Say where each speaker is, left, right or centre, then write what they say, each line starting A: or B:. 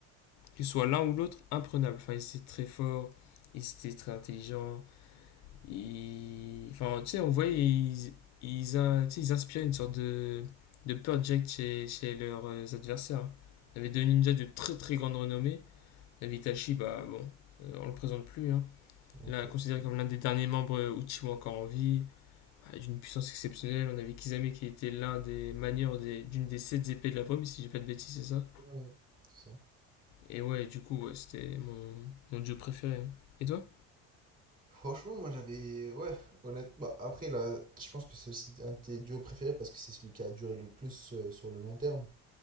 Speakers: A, on the left; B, on the right.
A: que ce soit l'un ou l'autre, imprenables Enfin, ils étaient très forts, ils étaient très intelligents, ils... Enfin, tu sais, on voyait, ils, ils, in- tu sais, ils inspiraient une sorte de, de peur jack chez, chez leurs euh, adversaires. hein. On avait deux ninjas de très très grande renommée. On avait Itachi, bah bon, euh, on le présente plus. Hein.
B: Dans
A: Là,
B: Akatsuki.
A: considéré comme l'un des derniers membres euh, Uchiwa encore en vie, bah, d'une puissance exceptionnelle. On avait Kisame qui était l'un des manieurs des- d'une des sept épées de la brume, si j'ai pas de bêtises, c'est ça
B: Ouais, c'est ça.
A: Et ouais, du coup, ouais, c'était mon, mon dieu préféré. hein. Et toi
B: Franchement, moi j'avais. Ouais, honnête Bah, après, là, je pense que c'est aussi un de tes duos préférés parce que c'est celui qui a duré le plus euh, sur le long terme.